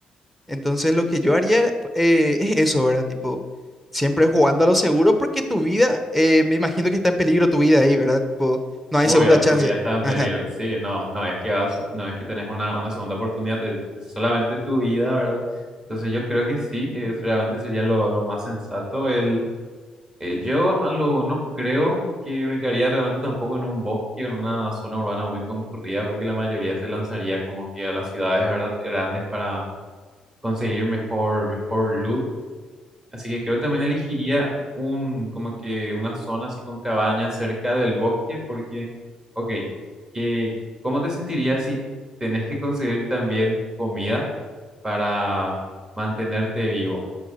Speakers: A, in the centre; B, on the right.
A: Entonces lo que yo haría era, eh, es eso, ¿verdad? Tipo, siempre jugando a lo seguro porque tu vida, eh, me imagino que está en peligro tu vida ahí, ¿verdad? Tipo, no hay
B: Obvio,
A: segunda chance.
B: tu vida está
A: <laughs>
B: en
A: Ajá.
B: peligro. Sí, no, no es que vas, no es que tenés una, una segunda oportunidad, de- es solamente tu vida, ¿verdad? Entonces yo creo que sí, es, realmente sería lo, lo más sensato. El, eh, yo a lo, no creo que me quedaría realmente tampoco en un bosque o en una zona urbana muy concurrida, porque la mayoría se lanzaría como que a las ciudades, ¿verdad? Grandes para conseguir mejor, mejor loot. Así que creo que también elegiría un, como que una zona así con cabañas cerca del bosque, porque, ok, que, ¿cómo te sentirías si tenés que conseguir también comida para mantenerte vivo?